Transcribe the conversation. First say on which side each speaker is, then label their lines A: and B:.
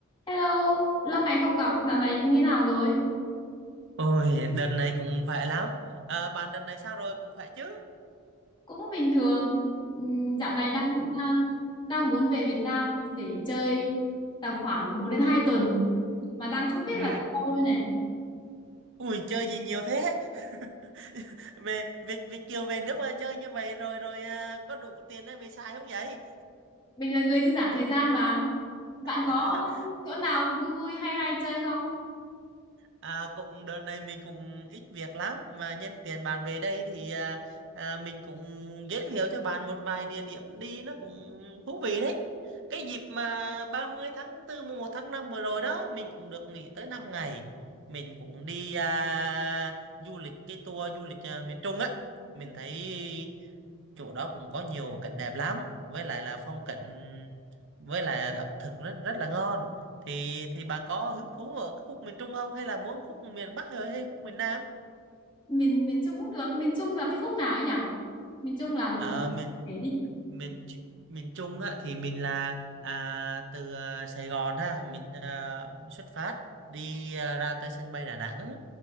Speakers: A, on the left; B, on the right.
A: Hello, lâu ngày không gặp, dạo này như thế nào rồi?
B: Ôi, đợt này cũng khỏe lắm. À, bạn đợt này sao rồi, cũng khỏe chứ?
A: Cũng bình thường. Ừm, Dạo này đang à, đang muốn về Việt Nam để chơi tầm khoảng một đến 2 tuần mà đang không biết
B: Ừ,
A: là đi đâu đây này.
B: Ui, chơi gì nhiều thế? <laughs> Về Việt Việt Kiều về nước mà chơi như vậy rồi rồi à, có đủ tiền để về xài không vậy?
A: Mình là người dư giả thời gian mà. Bạn
B: <laughs>
A: có chỗ nào vui vui hay hay chơi không?
B: À, cũng đợt này mình cũng ít việc lắm mà nhân tiện bạn về đây thì à, à, mình cũng giới thiệu cho bạn một vài địa điểm đi nó cũng thú vị đấy. Cái dịp mà 30 tháng tư mùng một tháng 5 vừa rồi đó mình cũng được nghỉ tới 5 ngày. Mình cũng đi à, du lịch cái tour du lịch à, miền Trung á. Mình thấy chỗ đó cũng có nhiều cảnh đẹp lắm với lại là phong cảnh với lại ẩm thực rất rất là ngon thì thì bạn có hứng thú ở khúc miền Trung không hay là muốn khúc miền Bắc hay hay khúc miền Nam
A: Miền miền Trung cũng được, miền Trung là cái khúc nào ấy nhỉ? Miền Trung là
B: Ờ, miền
A: để đi.
B: miền Tr- miền Trung á, thì mình là à, từ à, Sài Gòn ha mình à, xuất phát đi à, ra tới sân bay Đà Nẵng